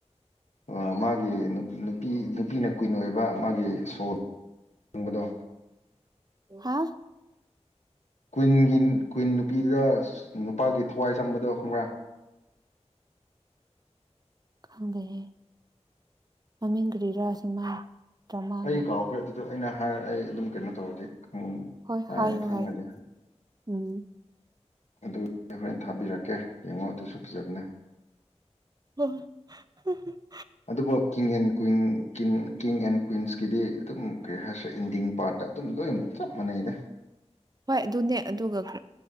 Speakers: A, on the left; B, on the right.
A: ꯑ ꯃꯥꯒꯤ ꯅꯨꯞ ꯅꯨꯄꯤ ꯅꯨꯄꯤꯅ ꯀ꯭ꯌꯨꯏꯟ ꯑꯣꯏꯕ ꯃꯥꯒꯤ ꯁꯣꯜ ꯇꯨꯡꯕꯗꯣ
B: ꯍꯥ
A: ꯀ꯭ꯌꯨꯏꯟꯒꯤ ꯀ꯭ꯌꯨꯏꯟ ꯅꯨꯄꯤꯗꯨꯗ ꯅꯨꯄꯥꯒꯤ ꯊꯋꯥꯏ ꯆꯪꯕꯗꯣ ꯈꯪꯕ꯭ꯔꯥ
B: ꯈꯪꯗꯦꯍꯦ ꯃꯃꯤꯡ ꯀ꯭ꯔꯤꯔꯥ ꯁꯤꯃꯥ ꯗ꯭ꯔꯃꯥꯒꯤ
A: ꯑꯩ ꯀꯥꯎꯈ꯭ꯔꯦ ꯑꯗꯨꯗꯣ ꯑꯩꯅ ꯍꯥꯏ ꯑꯩ ꯑꯗꯨꯝ ꯀꯩꯅꯣ ꯇꯧꯔꯗꯤ ꯎꯝ
B: ꯍꯣꯏ ꯍꯥꯏꯌꯣ
A: ꯑꯥꯏ ꯈꯪꯂꯗꯤ
B: ꯍꯥꯏꯌꯣ ꯎꯝ
A: ꯑꯗꯨ ꯍꯣꯔꯦꯟ ꯊꯥꯕꯤꯔꯛꯀꯦ ꯌꯦꯡꯉꯣ ꯑꯗꯨꯁꯨ ꯐꯖꯕꯅꯦ
B: <unintelligible>
A: ꯑꯗꯨꯕꯨ king and queen king king and queens ꯀꯤꯗꯤ ꯑꯗꯨꯝ ꯀꯩ ꯍꯥꯏꯁꯦ ꯑꯦꯟꯗꯤꯡ ꯄꯥꯔꯠꯇ ꯇꯨꯝ ꯂꯣꯏꯅ ꯆꯞ ꯃꯥꯟꯅꯩꯗ
B: ꯍꯣꯏ ꯑꯗꯨꯅꯦ ꯑꯗꯨꯒ ꯈ꯭ꯔ